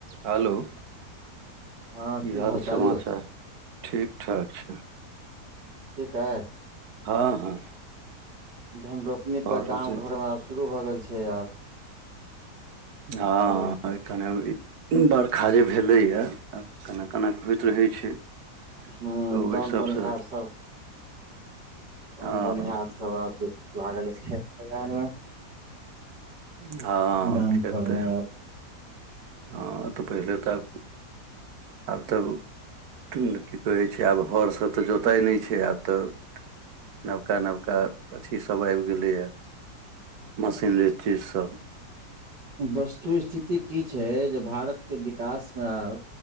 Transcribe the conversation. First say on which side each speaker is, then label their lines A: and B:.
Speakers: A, on the right; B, on the right.
A: हलो की
B: हँ
A: हाल
B: चाल
A: समाचार
B: यौ
A: ठीक ठाक छै
B: ठीक अए
A: हँ हँ
B: धन रोपनी
A: आओर
B: तऽ गाँव
A: होतै
B: घर मे आब शुरू भऽ गेल छै आब
A: हँ
B: ओ
A: अय कने ई बरखा जे भेलैय कने कने होइत रहै छै
B: हुँ
A: तऽ ओहि
B: जोन
A: सबसँ
B: बोनिहार सब जोन
A: हँ
B: बोनिहार सब आब लागल अछि खेत खलिहान मे
A: हँ
B: गाम
A: खेतै
B: घर मे आब
A: हँ तऽ पहिले तऽ आब तऽ टुंड की कहैय छै आब हर सँ तऽ जोताय नय छै आब तऽ नवका नवका अथी सभ आइब गेलै य मशीनरी चीज सब
B: वस्तु स्थिति की छै जे भारत केँ विकास मे आब